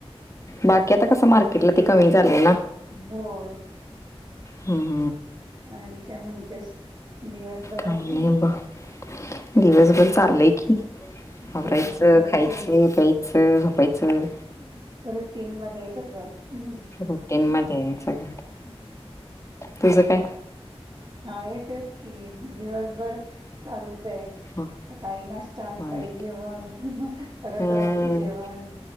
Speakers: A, on the left (about 30°); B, on the right (about 45°).
A: बाकी आता कसं मार्केटला ती कमी झालीय ना
B: होय
A: हम्म
B: आणि काय म्हणतेस दिवसभरात
A: काही
B: ना
A: नाही ब दिवसभर चाललंय की
B: रुटीन
A: आवरायचं खायचं प्यायचं झोपायचं.
B: रुटीन मध्ये सगळं हम्म
A: रुटीन मध्ये सगळं. तुझं काय
B: हा आहे तेच कि दिवसभर चालूच आहे.
A: हं,
B: सकाळी नाश्ता दुपारी
A: हं.
B: जेवण परत
A: हम्म
B: रात्री जेवण